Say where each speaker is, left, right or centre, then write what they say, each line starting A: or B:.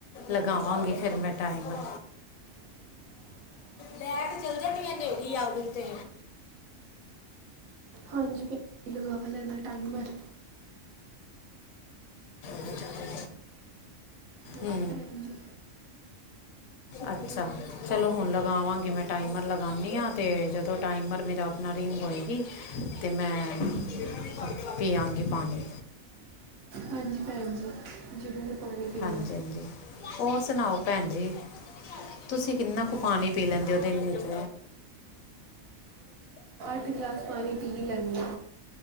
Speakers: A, on the left; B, on the right.
A: ਲਗਾਵਾਂਗੀ ਫਿਰ ਮੈਂ ਟਾਈਮਰ।
B: <inaudible>
A: ਲੈ ਕੇ ਚੱਲ ਜਾਂਦੀ ਆ ਹਨੇਰੀ ਆ ਗਈ ਤੇ।
B: ਹਾਂਜੀ। ਭੈਣ ਲਗਾ ਲੈਣਾ ਟਾਈਮਰ।
A: ਮੈਂ ਜ਼ਿਆਦਾ
B: ਹੋਰ
A: ਹੂ
B: ਭੈਣ ਜੀ
A: ਅੱਛਾ। ਚਲੋ ਹੁਣ ਲਗਾਵਾਂਗੀ। ਮੈਂ ਟਾਈਮਰ ਲਗਾਉਂਦੀ ਹਾਂ, ਅਤੇ ਜਦੋਂ ਟਾਈਮਰ ਮੇਰਾ ਨਾਲਾਰੀ ਮੰਗੋਈਗੀ <unintelligible> ਅਤੇ ਮੈਂ ਪਿਆਗੀ ਪਾਣੀ।
B: ਹਾਂਜੀ। ਭੈਣ ਜੀ, ਜ਼ਰੂਰ ਪਾਣੀ ਪੀਣਾ।
A: ਹਾਂਜੀ ਹਾਂਜੀ ਹੋਰ ਸੁਣਾਓ ਭੈਣ ਜੀ? ਤੁਸੀਂ ਕਿੰਨਾ ਕੁ ਪਾਣੀ ਪੀ ਲੈਂਦੇਓ? ਉਹ ਦਿਨ ਚ'।
B: ਇੱਕ ਗਲਾਸ ਪਾਣੀ ਪੀ ਲੈਂਣੀ ਆ।